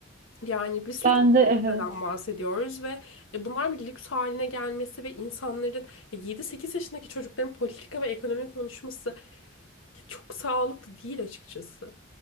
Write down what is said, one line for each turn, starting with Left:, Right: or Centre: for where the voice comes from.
Left: Yani bir süt
Right: Ben
Left: 30
Right: de evet.
Left: liradan bahsediyoruz ve e, bunlar bir lüks haline gelmesi ve insanların ya 7-8 yaşındaki çocukların politika ve ekonomi konuşması çok sağlıklı değil açıkçası.